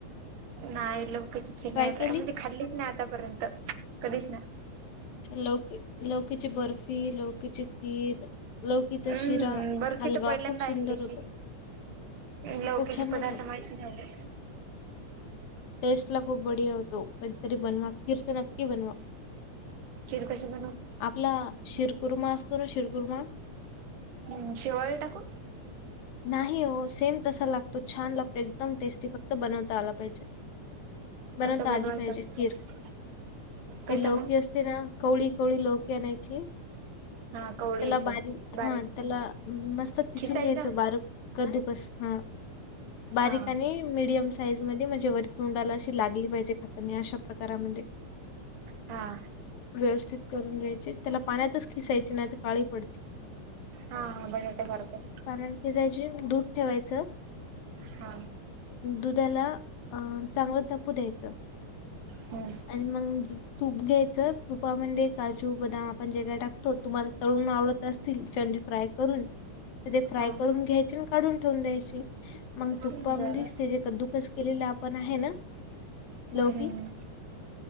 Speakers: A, on the right; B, on the left.
A: नाही लोवकीचिची नाही
B: ट्राय केली?
A: बाय, म्हणजे खालीच नाही आतापर्यंत. कधीच नाही.
B: लोवकी, लोवकीची बर्फ र्फी, लौकीची खिर, लौकीचा
A: हम्म
B: शिरा,
A: बर्फी
B: हलवा,
A: तर पहिल्यांदा
B: खूप
A: ऐकलीशी
B: सुंदर होतो. <inaudible>
A: लौकीचे
B: खूप छान
A: पदार्थ
B: होतो
A: माहिती नाही एवढे.
B: टेस्ट ला खूप बढिया होतो. कधीतरी बनवा. खीर तर नक्की बनवा.
A: खीर कशी बनवता?
B: आपला, शिरकुर्मा असतो ना. शिरकुर्मा.
A: हम्म. शिवाळी टाकून?
B: नाही हो. सेम तसा लागतो. छान लागतो, एकदम टेस्टी. फक्त बनवता आला पाहिजे. बनवता
A: कसं बनवायचं
B: आली पाहिजे, खीर.
A: मग ते
B: ती
A: कसं
B: लवकी
A: मग
B: अस ते ना. कवळी -कवळी लोकी आणायची.
A: हा कवळी
B: त्याला
A: एकदम
B: बारी,
A: बारीक
B: हा. त्याला मस्त खिसून
A: खिसायच
B: घ्याय बार, कदुकस. हं. बारीक
A: हा
B: आणि मिडीयम साईज मध्ये, म्हणजे वर तोंडाला अशी लागली पाहिजे, खातानी. अशा प्रकारामध्ये.
A: हा हा
B: व्यवस्थित करून घ्यायची. त्याला पाण्यातच खिसायची. नाही तर काळी पडती.
A: हा, हा. बटाटया सारखंच.
B: पारण खेचायची. दूध ठेवायचं.
A: हा.
B: दुधाला, अ चांगलं तापू द्यायचं.
A: हं.
B: अन् मंग तूप घ्यायचं. तुपामध्ये काजू, बदाम, आपण जे काय टाकतो, तुम्हाला तळून आवडत अस तील, चंडी फ्राय करून फ्राय
A: हा
B: करून घ्यायचे, न काढून ठेवून द्यायचे. मग तुपामध्येच
A: बरं
B: त्याज्या कद्दुकस केलेलं आपण आहे ना
A: हं,
B: लौकी
A: हं, ह.